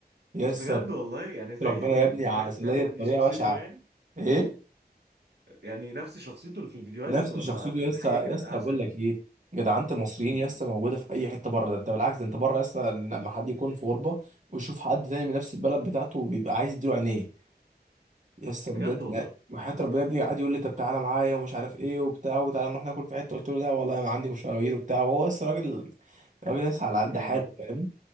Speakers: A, on the right (about 45°); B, on the right (about 90°).
A: يا اسطى
B: بجد والله يعني زي
A: ربنا
B: الفيديوهات
A: يا ابني عسليه
B: فعلا
A: بطريقه
B: دي شخصيته
A: بشعه
B: يعني
A: ايه
B: يعني نفس شخصيته اللي في الفيديوهات
A: نفس
B: ولا
A: شخصيته
B: في
A: يا
B: الحقيقة
A: اسطى
B: كانت
A: يا اسطى
B: احسن
A: بقول لك ايه جدعنة المصريين
B: مم.
A: يا اسطى موجوده في اي حته بره ده انت بالعكس ده انت بره يا اسطى لما حد يكون في غربه ويشوف حد تاني من نفس البلد بتاعته بيبقى عايز يديله عينيه يسا بجد
B: بجد والله
A: لا وحياة ربنا يا ابني قعد يقول لي طب تعالى معايا ومش عارف ايه وبتاع وتعالى نروح ناكل في حته قلت له لا والله انا عندي مشاوير وبتاع وهو لسه راجل راجل لسه على قد
B: يعني
A: حاله فاهم